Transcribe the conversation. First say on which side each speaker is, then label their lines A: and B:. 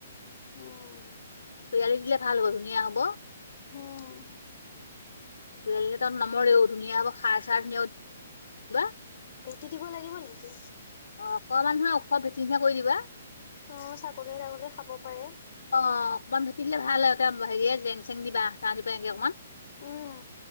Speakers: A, on the left; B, on the left.
A: উম।
B: পিৰালিত দিলে ভাল হ'ব, ধুনীয়া হ'ব।
A: হম।
B: পয়ালি তাত নমৰেও, ধুনীয়া হ'ব সাৰ-চাৰ <unintelligible>
A: ভেটি দিব লাগিব নেকি?
B: অ অকমানুহ ওখ ভেটি নিচনা কৰি দিবা।
A: অ ছাগলী-তাগলী খাব পাৰে।
B: অ অকণমান ভেট দিলে ভাল হয়। হেৰিয় জেং-চেং দিবা, <unintelligible> অকনমান।
A: উম।